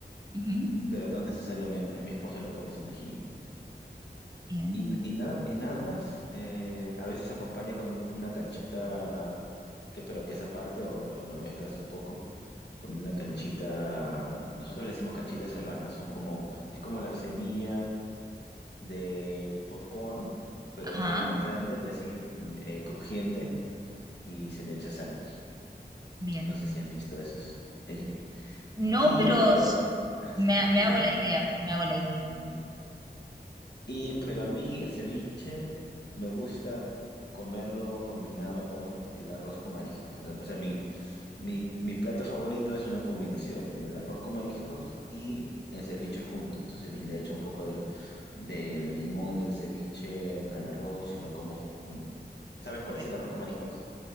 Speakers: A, on the right; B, on the left.
A: Ujú,
B: pero no necesariamente. Mi esposa lo come sin ají.
A: bien.
B: Y, y nada, y nada más. Eh, a veces acompaña con un- una canchita, que, pero que es aparte, o, lo o lo mezclas un poco, con una canchita. Nosotros le decimos canchitas serranas, son como, es como la semilla del popcorn, pero
A: Ajá,
B: un poco más grande y así mm, eh, crujiente, y se le echa sal.
A: bien.
B: No sé si has visto esos. Eh,
A: No,
B: Y,
A: pero
B: pero,
A: s-
B: ah,
A: me,
B: sí,
A: me
B: dime,
A: hago la idea, me hago la idea.
B: Y, pero a mí el ceviche me gusta comerlo combinado con el arroz con mariscos. O sea, mi, mi, mi plato favorito es una combinación del arroz con mariscos y el ceviche junto. Entonces, y le echo un poco del, del limón del ceviche al arroz y lo como junto. ¿Sabes cuál
A: Qué rico.
B: es el arroz con mariscos?